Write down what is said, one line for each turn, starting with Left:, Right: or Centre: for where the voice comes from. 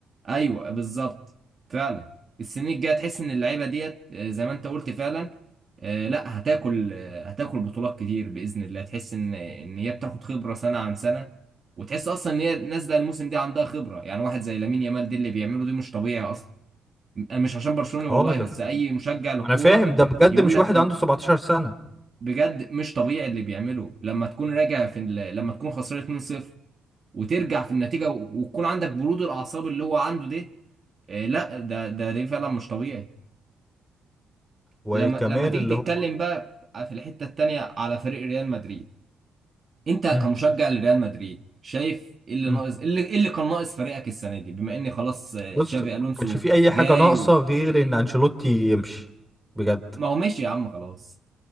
Right: ايوه بالظبط فعلا السنين الجايه تحس ان اللعيبه ديت آه، زي ما انت قلت فعلا آه، لا هتاكل آه، هتاكل بطولات كتير باذن الله تحس ان ان هي بتاخد خبره سنه عن سنه وتحس اصلا ان هي نازله الموسم ده عندها خبره يعني واحد زي لامين يامال دي اللي بيعمله دي مش طبيعي اصلا أنا مش عشان برشلوني والله
Centre: اه ده
Right: بس
Centre: ما
Right: اي مشجع للكوره
Centre: انا فاهم ده بجد
Right: يقول
Centre: مش
Right: لك
Centre: واحد
Right: ي-
Centre: عنده 17 سنه
Right: بجد مش طبيعي اللي بيعمله لما تكون راجع في ال- لما تكون خسران 2-0 وترجع في النتيجه و- وتكون عندك برود الاعصاب اللي هو عنده ده آه، لا ده ده ده فعلا مش طبيعي
Centre: وكمان
Right: لما لما تيجي
Centre: اللي هو
Right: تتكلم بقى في الحته التانيه على فريق ريال مدريد انت
Centre: امم
Right: كمشجع لريال مدريد شايف ايه اللي
Centre: امم
Right: ناقص ايه اللي, إيه اللي كان ناقص فريقك السنه دي بما ان خلاص آه،
Centre: بص
Right: تشابي الونسو
Centre: ما كانش في اي
Right: جاي
Centre: حاجه ناقصه
Right: و...
Centre: غير ان انشيلوتي يمشي بجد
Right: ما هو ماشي يا عم خلاص